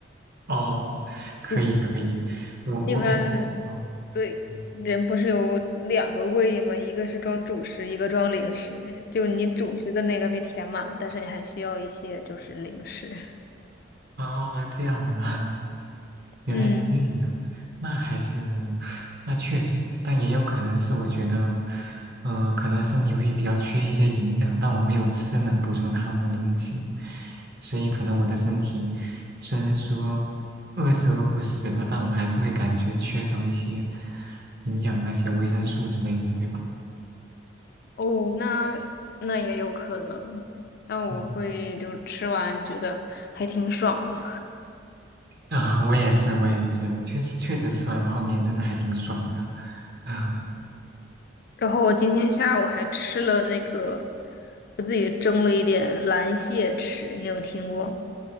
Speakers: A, on the right; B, on the left.
A: 哦，可以可以，
B: 一般
A: 我我感，
B: 一般
A: 哦，
B: 对人不是有两个胃吗？
A: 嗯，
B: 一个是装主食，一个装零食。就你主食的那个被填满，但是你还需要一些就是零食。
A: 哦，这样的。原来是这样，
B: 嗯，
A: 那还是，那确实，但也有可能是我觉得，嗯、可能身体会比较缺一些营养，但我没有吃能补充他们的东西，所以可能我的身体虽然说饿是饿不死的，但我还是会感觉缺少一些营养，那些维生素之类的，对吧？
B: 哦，那那也有可能，那我会就吃完觉得还挺爽的。
A: 嗯，啊，我也是，我也是，确实确实吃完泡面真的还挺爽的，<laughs> 啊，
B: 然后我今天下午还吃了那个，我自己蒸了一点蓝蟹吃，你有听过吗？